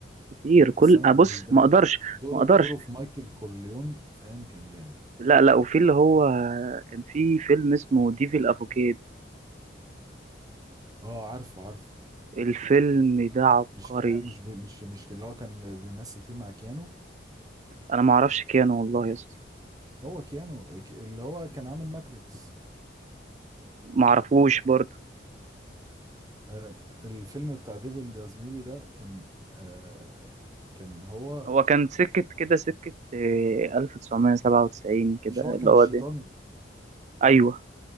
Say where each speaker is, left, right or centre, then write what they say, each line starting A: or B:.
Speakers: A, on the right (about 40°); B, on the right (about 20°).
A: كتير كل
B: بس انا
A: ابص
B: بالنسبه
A: ما
B: لي
A: اقدرش
B: دوره
A: ما اقدرش
B: دوره في مايكل كورليون فاهم كان جامد
A: لا لا وفي اللي هو كان في فيلم اسمه ديفل افوكيد
B: اه عارفه عارفه
A: الفيلم ده عبقري
B: مش كي مش بي- مش مش اللي هو كان بيمثل فيه مع كيانو
A: انا ما اعرفش كيانو والله يا اسطى
B: هو كيانو ك- اللي هو كان عامل ماتريكس
A: ما اعرفوش برضه
B: آه، الفيلم بتاع ديفيد يا زميلي ده كان آه، كان هو
A: هو كان سكة كده سكة آه، 1997 كده
B: مش هو
A: اللي
B: كان
A: هو
B: الشيطان
A: ايوه